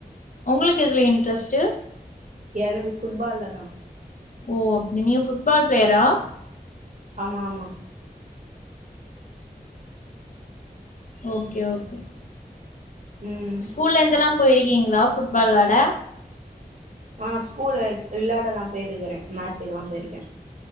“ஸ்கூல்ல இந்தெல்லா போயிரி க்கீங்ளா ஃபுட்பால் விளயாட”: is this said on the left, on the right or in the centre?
Left